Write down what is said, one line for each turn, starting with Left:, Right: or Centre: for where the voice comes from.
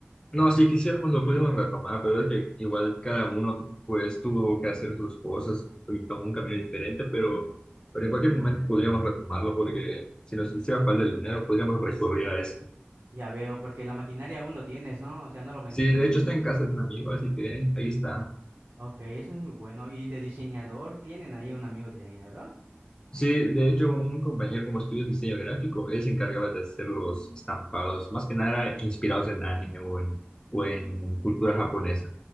Left: No, si quisiéramos lo podemos retomar, pero es que igual cada uno pues tuvo que hacer sus cosas y tomó un camino diferente, pero, pero en cualquier momento podríamos retomarlo porque si nos hiciera falta el dinero podríamos recurrir a eso.
Right: Ya veo, porque la maquinaria aún lo tienes, ¿no? O sea, no lo bendices.
Left: Sí, de hecho está en casa de un amigo, así que ahí está.
Right: Ok, eso es muy bueno. ¿Y de diseñador? ¿Tienen ahí un amigo diseñador?
Left: Sí, de hecho un compañero como estudios diseño gráfico, él se encargaba de hacer los estampados, más que nada inspirados en anime o en, o en cultura japonesa.